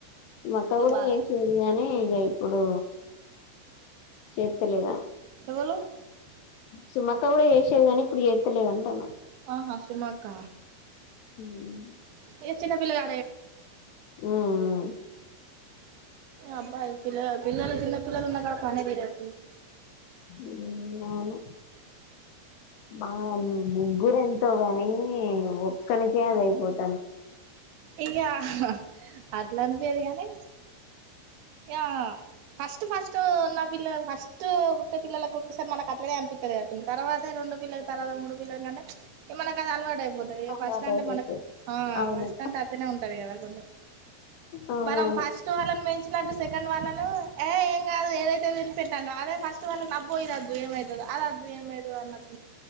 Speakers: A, on the left; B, on the right.
A: మా అక్క కూడా
B: బాగా
A: చేసింది కానీ ఇక ఇప్పుడు చెత లేనా
B: ఎవలు
A: సుమక్క కూడా చేసేది కానీ ఇప్పుడు చేత్తలేదా అంటున్న
B: ఆహా సుమాక్క
A: ఉమ్
B: ఏ చిినన్న పిలగా
A: ఉమ్
B: అబ్ా పిల్ పిల్లలు చిన్న పిల్లలు ఉన్న కడ పనే తీరదు
A: ఉమ్ అవును మా ముగ్గుర ఎంతోగాని ఒక్కలకే అదియిపోతు
B: ఇగ అట్లా అట్లనిపోయాదు కాని ఇగ ఫస్ట్ ఫస్ట్ ఉన్న పిల్లలు ఫస్ట్ ఫస్ట్ పుట్టే పిల్లలకు ఒకసారి మనకు అట్లేద అనిపిస్తుంది కద తర్వాత రెండో పిల్ల తర్వాత మూడ పిల్లను కంటే మనకు అది అలవాటు అయిపోతుంది ఇక
A: అలవాటు
B: ఫస్ట్ అంటే
A: అయిపోతది
B: మనకు ఆ
A: అవును
B: ఫస్ట్ అంటే అతనే ఉంటంది కదా కొంచెం
A: అవునవును
B: మనం ఫస్ట్ వాళ్ళని పెంచి వచ్చినట్టు సెకండ్ వాళ్ళను ఏ ఏం కాదు ఏదైతే వినిపెట్టాండో అదే ఫస్ట్ వాళ్ళ నబ్బ పోయరద్దు ఏమవుతుందో ఆది వద్ద ఏమైతేదీ అనట్టు